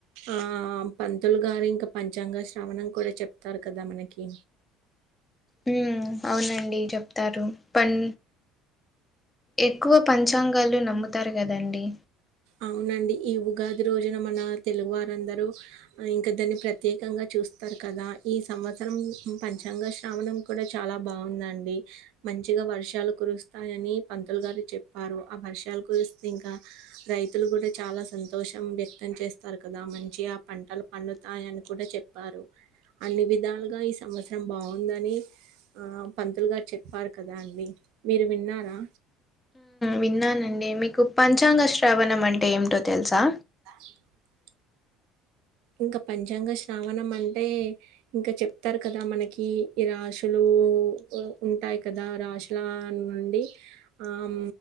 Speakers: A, on the right; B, on the left.
A: ఆ పంతులు గారు ఇంకా పంచాంగ శ్రవణం కూడా చెప్తారు కాదా మనకి
B: మ్ అవునండి చెప్తారు పని ఎక్కువ పంచాంగాలు నమ్ముతారు కాదాండి
A: అవునండి ఈ ఉగాది రోజున మన తెలుగు వారందరూ ఇంకా దాన్ని ప్రత్యేకంగా చూస్తారు కదా ఈ సంవత్సరం పంచాంగ శ్రావణం కూడా చాలా బాగుందండి మంచిగా వర్షాలు కురుస్తాయని పంతులు గారు చెప్పారు ఆ వర్షాలు కురిస్తే ఇంకా రైత్ తులు కూడా చాలా సంతోషం వ్యక్తం చేస్తారు కాదా మంచిగా ఆ పంటలు పండుతాయని కూడా చెప్పారు అన్ని విధాలుగా ఈ సంవత్సరం బాగుందని పంతులుగారు చెప్పారు కాదా అండి మీరు విన్నారా
B: విన్నానండి మీకు పంచాంగ శ్రావణం అంటే ఏమిటో తెలుసా?
A: <inaudible> ఇంకా పంచాంగ శ్రావణం అంటే ఇంకా చెప్తారు కదా మనకి ఈ రాశులు ఓ ఒ ఉంటాయి కాదా రాశుల నుండి ఆ మ్